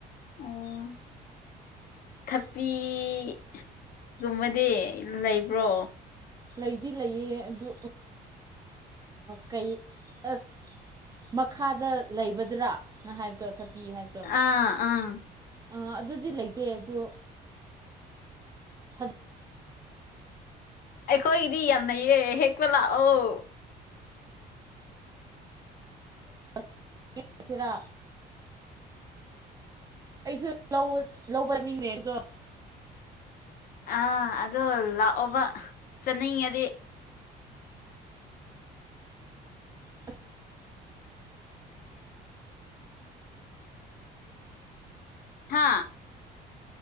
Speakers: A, on the left; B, on the right.
A: ꯎꯝ ꯊꯄꯤꯒꯨꯝꯕꯗꯤ ꯂꯩꯕ꯭ꯔꯣ
B: ꯂꯩꯗꯤ ꯂꯩꯌꯦ ꯑꯗꯨ ꯀꯩ ꯑꯁ ꯃꯈꯥꯗ ꯂꯩꯕꯗꯨꯔꯥ ꯅꯪ ꯍꯥꯏꯕꯗꯣ ꯊꯄꯤ ꯍꯥꯏꯕꯗꯣ
A: ꯑꯥ ꯑꯥ
B: ꯑꯥ ꯑꯗꯨꯗꯤ ꯂꯩꯇꯦ ꯑꯗꯨ ꯐꯖ
A: ꯑꯩꯈꯣꯏꯒꯤꯗꯤ ꯌꯥꯝꯂꯩꯌꯦ ꯍꯦꯛꯄ ꯂꯥꯛꯑꯣ
B: <inaudible> ꯁꯤꯔ ꯑꯩꯁꯨ ꯂꯧꯕ ꯅꯤꯡꯅꯦ ꯑꯗꯣ
A: ꯑ ꯑꯗꯣ ꯂꯥꯛꯑꯣꯕ ꯆꯥꯅꯤꯡꯉꯗꯤ
B: <inaudible> <inaudible>
A: ꯍꯥ